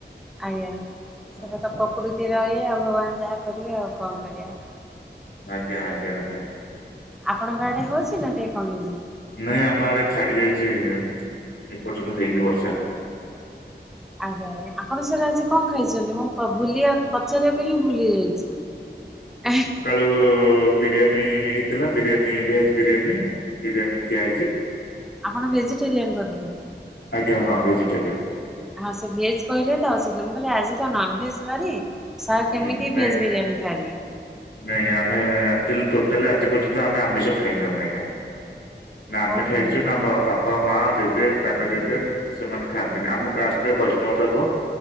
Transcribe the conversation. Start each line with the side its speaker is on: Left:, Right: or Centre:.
Centre: ଆଜ୍ଞା ସେଟା
Left: ଓହୋ
Centre: ତ ପ୍ରକୃତି ଇଏ ଆଉ ଭଗବାନ ଯାହା କରିବେ ଆଉ କଣ କରିବା।
Left: ଆଜ୍ଞା ଆଜ୍ଞା ଆଜ୍ଞା।
Centre: ଆପଣଙ୍କ ଆଡେ ହଉଛି ନା ଟିକେ କମିଯିବ।
Left: ନାଇଁ ଆମ ଆଡେ ଛାଡି ଯାଇଛି ଏପର୍ଯ୍ୟନ୍ତ ହେଇନି ବର୍ଷା।
Centre: ଆଜ୍ଞା ଆଜ୍ଞା ଆପଣ ସାର୍ ଆଜି କଣ ଖାଇଛନ୍ତି ମୁଁ ବୁଲିିବା ପଚାରିବାକୁ ହିଁ ଭୁଲି ଯାଇଚି ଆଁହ।
Left: ଯୋଉ ବିରିୟାନୀ ହେଇଥିଲା ବିରିୟାନୀ ଭେଜ ବିରିୟାନୀ। ବିରିୟାନୀ ଖିଆ ହେଇଚି।
Centre: ଆପଣ ଭେଜିଟେରିୟାନ୍ ବୋଧେ?
Left: ଆଜ୍ଞା ହଁ ଭେଜିଟେରିୟାନ୍।
Centre: ହଁ ସେ ଭେଜ କହିଲେ ତ ସେଥିଲା ମୁଁ କହିଲି ଆଜି ତ ନନ ଭେଜ ବାରି ସାର୍
Left: ହୁଁ
Centre: କେମିତି
Left: ନାଇଁ
Centre: ଭେଜ ବିରିୟାନୀ ଖାଇଲେ?
Left: ନାଇଁ ଆମେ ଆକ୍ଚ୍ୟୁଲି ଟୋଟାଲି ଆଜି ପର୍ଯ୍ୟନ୍ତ ଆମେ ଆମିଷ ଖାଇନା ନାହୁଁ ଆଜ୍ଞା। ନା ଆମେ
Centre: ଓହୋ
Left: ଖାଇଚୁ ନା ଆମ ବାପା, ମାଆ, ଜଜେ ତାଙ୍କ ଜେଜେ ସେମାନେ ଖାଆନ୍ତି ନି ଆମ କାଷ୍ଟ ରେ ବୈଷ୍ଣବ ଧର୍ମ